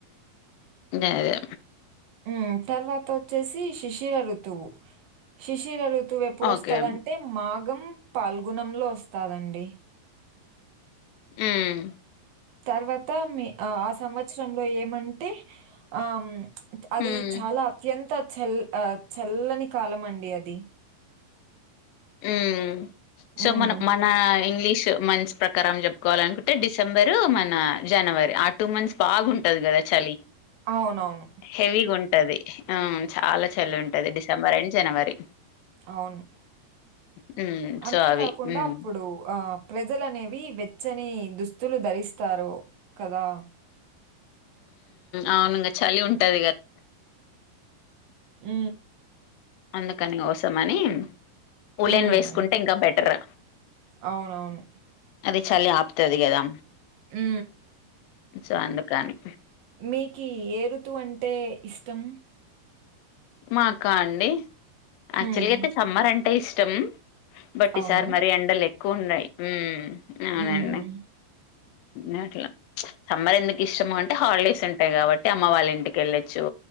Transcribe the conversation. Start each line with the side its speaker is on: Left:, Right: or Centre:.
Left: అ అదే
Right: ఉ తర్వాత వచ్చేసి శిశిర ఋతువు శిశిరఋతువు ఋతువు ఎప్పుడు
Left: ఓకే.
Right: వస్తదంటే మాగం పాల్గునంలో వస్తాదండి
Left: హమ్
Right: తర్వాత మీ ఆ సంవత్సరంలో ఏమంటే ఆ అది
Left: హ్మ్.
Right: చాలా అత్యంత చల్ చల్లని కాలం అండి అది
Left: ఉ
Right: హ్మ్.
Left: సో మన మన ఇంగ్లీష్ మంత్స్ ప్రకారం చెప్పుకోవాల అనుకుంటే డిసెంబరు మన జనవరి ఆ టూ మంత్స్ బాగుంట ఉంటాది కదా చలి
Right: అవున ఆవును
Left: హెవీగా ఉంటది ఆ చాలా చెల్లి ఉంటది డిసెంబర్ అండ్ జనవరి
Right: అవును
Left: హ్మ్
Right: అంతేకాకుండా
Left: సో అవి హ్మ్
Right: అప్పుడు ఆ ప్రజలనేవి వెచ్చని దుస్తులు ధరిస్తారు కదా
Left: అవును చలి ఉంటది కదా
Right: మ్
Left: అందుకని కోసమని ఉళెని
Right: హ్మ్.
Left: వేసుకుంటే ఇంకా బెటర్
Right: అవునవును
Left: అది చలి ఆపుతుది కదా
Right: మా
Left: సో అందుకని
Right: మీకి ఏ రుతువు అంటే ఇష్టం
Left: మాకా అండి
Right: హ్మ్.
Left: యాక్చువల్గా అయితే సమ్మర్ అంటే ఇష్టం బట్టి
Right: అవునా?
Left: సార్ మరి ఎండలు ఎక్కువ ఉన్నాయి అవునండి
Right: హ్మ్.
Left: నట్లా సమ్మర్ ఎందుకు ఇష్టము అంటే హాలిడేస్ ఉంటాయి కాబట్టి అమ్మ వాళ్ళ ఇంటికి వెళ్ళొచ్చు